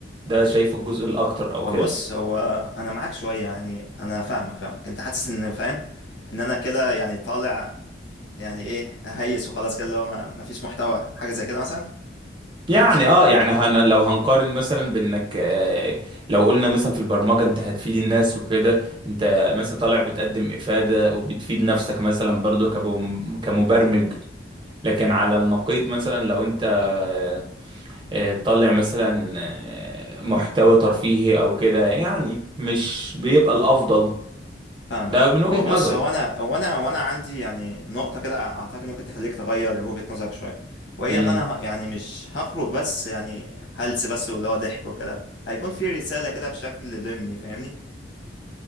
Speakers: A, on the right (about 25°); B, on the left (about 80°).
A: ده شايفه الجزء الاكتر
B: هو
A: او كده
B: بص هو انا معاك شويه يعني انا فاهمك فاهمك انت حاسس ان فاهم ان انا كده يعني طالع يعني ايه هيس وخلاص كده اللي هو ما ما فيش محتوى حاجه زي كده مثلا
A: يعني
B: انت شايف
A: اه
B: ما...
A: يعني
B: أنت-
A: هن لو هنقارن مثلا بانك آه لو قلنا مثلا في البرمجه انت هتفيد الناس وكده انت مثلا طالع بتقدم افاده وبتفيد نفسك مثلا برضو كبم- كمبرمج لكن على النقيض مثلا لو انت آه آه، طالع مثلا آه محتوى ترفيهي او كده يعني مش بيبقى الافضل
B: فاهمك
A: ده
B: فاهم
A: من
B: هو
A: وجهه
B: بص
A: نظري
B: هو انا هو انا هو انا عندي يعني نقطه كده اعتقد ممكن تخليك تغير وجهه نظرك شويه وهي
A: امم
B: ان انا ه- يعني مش هخرج بس يعني هلس بس واللي هو ضحك وكده هيكون في رساله كده بشكل ضمني فاهمني